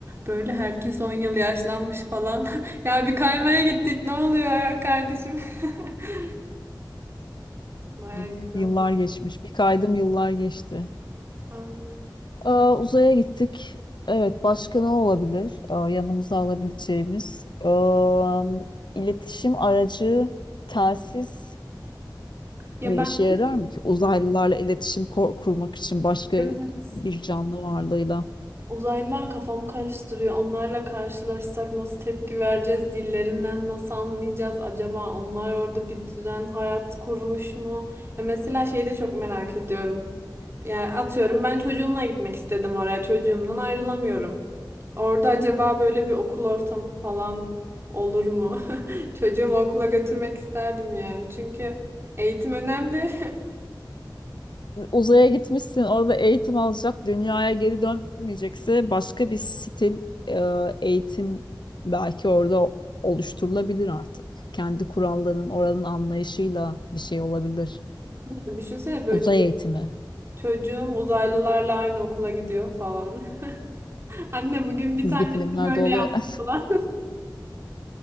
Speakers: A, on the right; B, on the left.
A: Böyle herkes 10 yıl yaşlanmış falan. <laughs> Ya bir kaymaya gittik. Ne oluyor ya kardeşim? <laughs> Baya
B: Üf,
A: güzel.
B: Yıllar geçmiş. Bir kaydım yıllar geçti.
A: Aynen.
B: Aa, uzaya gittik. Evet, başka ne olabilir? Aa, yanımıza alabileceğimiz Aa, iletişim aracı telsiz
A: Ya
B: bir
A: ben
B: işe yarar mı ki? Uzaylılarla iletişim ko- kurmak için başka
A: evet
B: bir canlı varlığıyla.
A: uzaylılar kafamı karıştırıyor. Onlarla karşılaşsak nasıl tepki vereceğiz? Dillerinden nasıl anlayacağız? Acaba onlar orada bir düzen hayat kurmuş mu? Ya mesela şeyi de çok merak ediyorum. Yani atıyorum ben çocuğumla gitmek istedim oraya. Çocuğumdan ayrılamıyorum. Orada acaba böyle bir okul ortamı falan olur mu? <laughs> Çocuğumu okula götürmek isterdim yani. Çünkü eğitim önemli.
B: uzaya gitmişsin, orada eğitim alacak, dünyaya geri dönmeyecekse başka bir stil e, eğitim belki orada oluşturulabilir artık. Kendi kuralların, oranın anlayışıyla bir şey olabilir.
A: <laughs> Düşünsene böyle
B: Uzay
A: ço-
B: eğitimi.
A: çocuğum uzaylılarla aynı okula gidiyor falan. <laughs> Anne bugün bir
B: Çizgi
A: tanesi
B: filmlerde
A: böyle
B: oluyor.
A: yaptı
B: <laughs>
A: falan. <laughs>